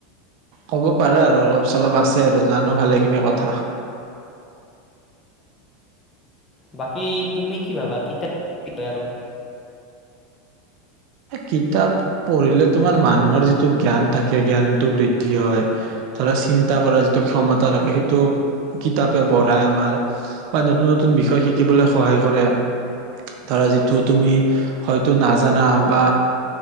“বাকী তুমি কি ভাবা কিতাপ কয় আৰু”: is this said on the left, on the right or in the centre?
Left